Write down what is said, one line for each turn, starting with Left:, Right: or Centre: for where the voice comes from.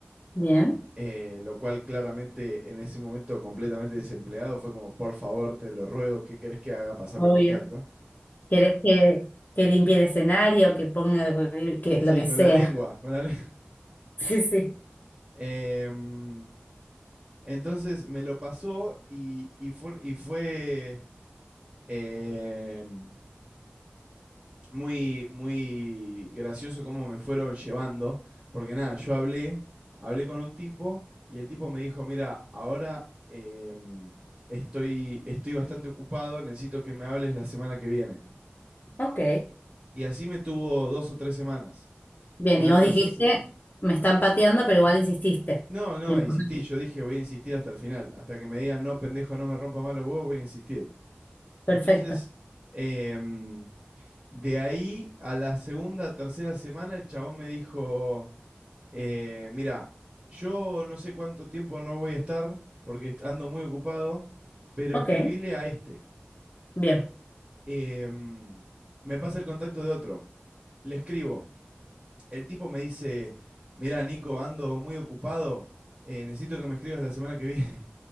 Left: Bien.
Right: eh, lo cual claramente en ese momento completamente desempleado fue como, por favor, te lo ruego, ¿qué querés que haga? Pasame
Left: Obvio.
Right: el contacto.
Left: ¿Querés que, que limpie el escenario, que ponga, que
Right: Sí,
Left: lo que
Right: con
Left: sea?
Right: la lengua,
Left: <laughs>
Right: con la lengua. <laughs>
Left: Sí, sí.
Right: Em, entonces me lo pasó y, y fue, y fue em, muy, muy gracioso cómo me fueron llevando, porque nada, yo hablé, hablé con un tipo y el tipo me dijo, mira, ahora em, estoy, estoy bastante ocupado, necesito que me hables la semana que viene.
Left: Ok.
Right: Y así me tuvo dos o tres semanas.
Left: Bien,
Right: Y a
Left: y
Right: la
Left: vos
Right: tercera,
Left: dijiste, me están pateando, pero igual insististe.
Right: No, no,
Left: Lo importante.
Right: insistí, yo dije voy a insistir hasta el final, hasta que me digan no, pendejo, no me rompa mal los huevos, voy a insistir.
Left: Perfecto.
Right: Entonces, em, de ahí a la segunda, tercera semana, el chabón me dijo, eh, mira, yo no sé cuánto tiempo no voy a estar, porque est- ando muy ocupado, pero
Left: Ok,
Right: escribile a este.
Left: bien.
Right: Em, me pasa el contacto de otro, le escribo. El tipo me dice, mira, Nico, ando muy ocupado, eh, necesito que me escribas la semana que viene.